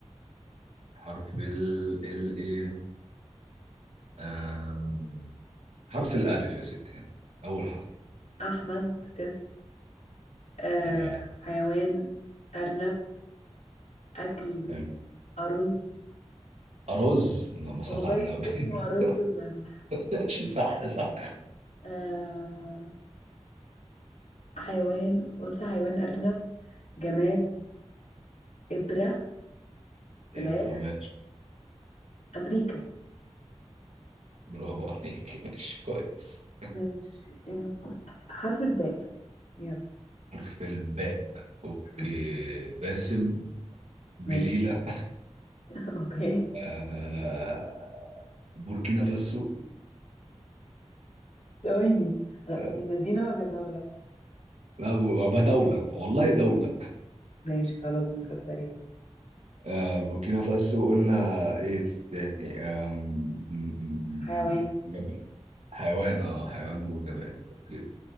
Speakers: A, on the right (about 80°); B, on the left (about 85°).
A: حرف ال ال ايه آه حرف الالف يا ستي اول حرف
B: أحمد اسم آه
A: تمام
B: حيوان أرنب أكل
A: حلو
B: أرز
A: أرز اللهم صل
B: والله
A: على النبي
B: اسمه أرز
A: <laughs>
B: بجد
A: ماشي صح صح
B: آه حيوان قلت حيوان أرنب جماد إبرة
A: إبرة
B: بلاد
A: ماشي
B: أمريكا
A: برافو عليك ماشي كويس
B: ماشي انت حرف الباء يلا
A: حرف الباء أوكي
B: مم.
A: باسم بليلة
B: ماشي <laughs> اوكي
A: <laughs> آه، بوركينا فاسو
B: ثواني أه،
A: آه،
B: دي مدينة ولا دولة؟
A: لا بقى دولة والله دولة
B: ماشي خلاص مصدقين
A: آه، بوركينا فاسو قلنا إيه تاني آم، م- م- م-
B: حيوان
A: م- جماد حيوان اه حيوان وجماد أوكي